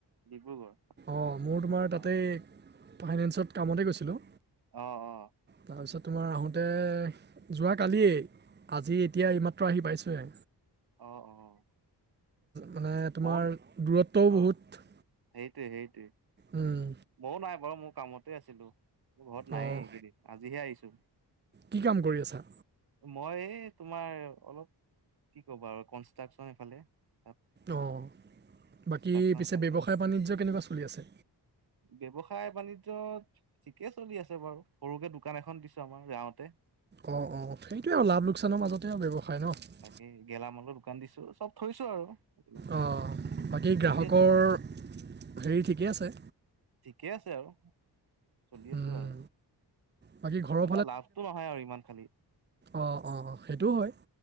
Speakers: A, on the right; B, on the right.
A: ডিব্ৰুগড়
B: অ' মোৰ তোমাৰ তাতে
A: অ
B: ফাইনেন্সত কামতে গৈছিলোঁ।
A: অ' - অ'।
B: তাৰপিছত তোমাৰ আহোঁতে যোৱাকালিয়ে আজি এতিয়া এইমাত্ৰ আহি পাইছোঁহে।
A: অ' - অ'।
B: মানে তোমাৰ
A: মন
B: দূৰত্বও
A: অ
B: বহুত।
A: সেইটোৱে - সেইটোৱে।
B: উম,
A: ময়ো নাই বাৰু, মোৰ কামতে আছিলো। মই ঘৰত নাইয়ে
B: অঁ
A: এইকেইদিন। আজিহে আহিছোঁ।
B: কি কাম কৰি আছা?
A: মই এই তোমাৰ অলপ- কি ক'বা আৰু, কনষ্ট্ৰাকচন এইফালে। তাত
B: অ'।
A: কনষ্ট্ৰাকচন
B: বাকী পিছে
A: চাইটত
B: ব্যৱসায় বাণিজ্য কেনেকুৱা চলি আছে?
A: ব্যৱসায় বাণিজ্য ঠিকে চলি আছে বাৰু। সৰুকে দোকান এখন দিছোঁ আমাৰ গাঁৱতে।
B: অ' - অ'। সেইটোৱে আৰু, লাভ-লোকচানৰ মাজতে আৰু ব্যৱসায় ন'।
A: উম, গেলামালৰ দোকান দিছোঁ। চব থৈছোঁ আৰু। এইবিলাক
B: অ'। বাকী গ্ৰাহকৰ
A: চলি আছে ঠিকে
B: হেৰি ঠিকেই আছে?
A: ঠিকে আছে আৰু। চলি
B: উম,
A: আছোঁ আৰু।
B: বাকী ঘৰৰ
A: এ লাভটো নহয় আৰু ইমান খালি।
B: অ' - অ' - অ', সেইটোও হয়।